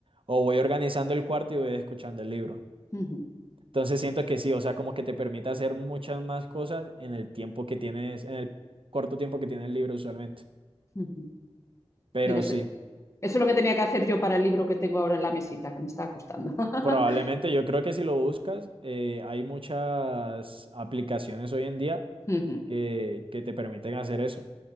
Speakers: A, on the right; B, on the left.
A: O voy organizando el cuarto y voy escuchando el libro.
B: ujú,
A: Entonces siento que sí, o sea, como que te permite hacer muchas más cosas en el tiempo que tienes, en el corto tiempo que tienes libre usualmente.
B: ujú.
A: Pero
B: Mira, eso,
A: sí,
B: eso es lo que tenía que hacer yo para el libro que tengo ahora en la mesita, que me está costando. <laughs>
A: probablemente yo creo que si lo buscas, eh, hay muchas aplicaciones hoy en día
B: Ujú.
A: que, que te permiten hacer eso,